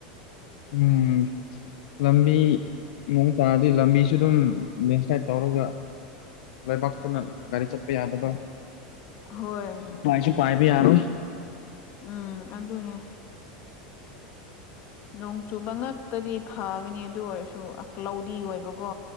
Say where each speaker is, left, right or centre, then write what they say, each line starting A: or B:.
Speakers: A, on the left; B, on the left.
A: ꯎꯝ ꯂꯝꯕꯤ ꯅꯣꯡ ꯇꯥꯔꯗꯤ ꯂꯝꯕꯤꯁꯨ ꯑꯗꯨꯝ ꯂꯦꯟꯁ꯭ꯂꯥꯏꯠ ꯇꯧꯔꯒ ꯂꯕꯥꯛꯇꯨꯅ ꯒꯥꯔꯤ ꯆꯠꯄ ꯌꯥꯗꯕ
B: ꯍꯣꯏ
A: ꯄꯥꯏꯁꯨ ꯄꯥꯏꯕ ꯌꯥꯔꯣꯏ
B: ꯎꯝ ꯑꯗꯨꯅꯦ ꯅꯣꯡ ꯆꯨꯕ ꯉꯛꯇꯗꯤ ꯐꯒꯅꯤ ꯑꯗꯨ ꯑꯣꯏꯔꯁꯨ ꯑꯂꯥꯎꯗꯤ ꯑꯣꯏꯕꯀꯣ